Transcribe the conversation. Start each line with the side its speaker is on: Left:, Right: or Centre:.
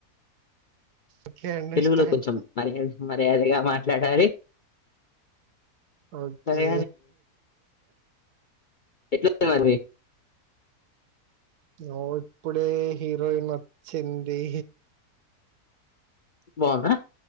Right: ఓకే అండర్స్టాండ్
Left: తెలుగులో కొంచెం <unintelligible> ఎదిగా మాట్లాడాలి
Right: ఓకే
Left: సరే ఎట్లా ఉతన్నవ్రాగుడి
Right: నో ఇప్పుడే హీరోయిన్ వచ్చింది.
Left: బాగుందా